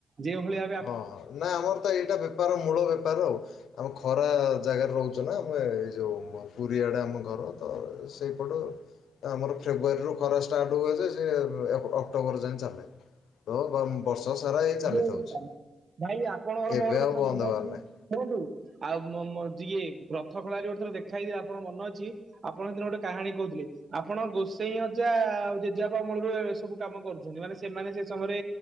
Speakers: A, on the right; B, on the left.
A: ଯେଉଁଭଳିଆ
B: ହଁ ହଁ ନା ଆମର ତ ଏଇଟା ବେପାର ମୂଳ ବେପାର ଆଉ। ଆମେ ଖରା ଜାଗାରେ ରହୁଛୁ ନା ଆମେ ଏଇ ଯୋଉ ପୁରୀଆଡ଼େ ଆମ ଘର ତ ସେଇପଟ ଏ ଆମର ଫେବୃୟାରୀରୁ ଖରା ଷ୍ଟାର୍ଟ ହୁଏ ଯେ ସିଏ ଅ ଅକ୍ଟୋବର ଯାଏଁ ଚାଲେ। ତ ବ ବର୍ଷ ସାରା ଏଇ ଚାଲିଥାଉଛି।
A: ଯୋଉ ଭାଇ ଆପଣଙ୍କର
B: କେବେ
A: ମୋର ଗୋଟେ କଥା
B: ଆଉ ବନ୍ଦ
A: ମନେ
B: ହବାର
A: ଅଛି
B: ନାହିଁ
A: କୁହନ୍ତୁ। ଆଉ ମୋ ମୋ ଯିଏ ରଥ ଖେଳାରେ ଗୋଟେ ଥର ଦେଖାହେଇଥିଲି ଆପଣଙ୍କ ମନ ଅଛି? ଆପଣ ସେଦିନ ଗୋଟେ କାହାଣୀ କହୁଥିଲେ। ଆପଣ ଗୋସେଇ ଅଜା ଆଉ ଜେଜେପା ଅମଳରୁ ଏ ସବୁ କାମ କରୁଛନ୍ତି ମାନେ ସେମାନେ ସମୟରେ